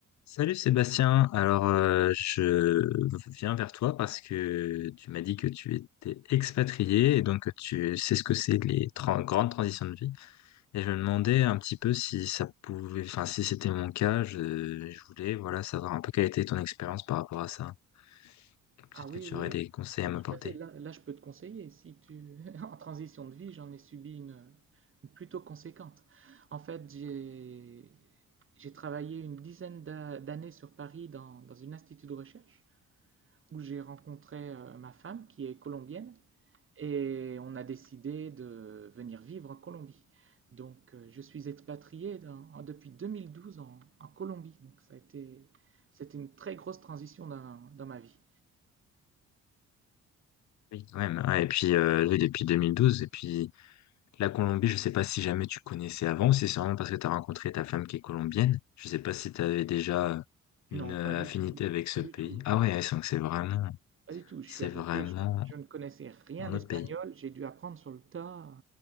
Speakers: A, on the left (about 65°); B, on the right (about 45°).
A: Salut Sébastien, alors euh, je viens vers toi parce que tu m'as dit que tu étais expatrié et donc que tu sais ce que c'est les tran- grandes transitions de vie et je me demandais un petit peu si ça pouvait, enfin si c'était mon cas, je, je voulais voilà savoir un peu quelle était ton expérience par rapport à ça. Peut-être
B: Ah oui,
A: que tu
B: oui,
A: aurais
B: oui.
A: des conseils
B: Bah,
A: à m'apporter.
B: Tout à fait. Là, là, je peux te conseiller. Si tu <laughs> en transition de vie, j'en ai subi une, une plutôt conséquente. En fait, j'ai j'ai travaillé une dizaine d'a- d'années sur Paris dans, dans un institut de recherche où j'ai rencontré euh, ma femme qui est colombienne et on a décidé de venir vivre en Colombie. Donc, euh, je suis expatrié dans- en- depuis 2012 en, en Colombie. Donc, ça a été c'était une très grosse transition dans dans ma vie.
A: Oui, quand même. Ouais, et puis euh, oui, depuis 2012 et puis La Colombie, je sais pas si jamais tu connaissais avant, si c'est vraiment parce que tu as rencontré ta femme qui est colombienne. Je sais pas si tu avais déjà euh, une
B: Non,
A: euh,
B: pas du
A: affinité
B: tout,
A: avec ce
B: pas du
A: pays.
B: tout,
A: Ah ouais, ouais, donc c'est vraiment,
B: pas du tout. Je
A: c'est
B: suis arrivé,
A: vraiment
B: je, je ne connaissais rien
A: un
B: d'espagnol,
A: autre pays.
B: j'ai dû apprendre sur le tas.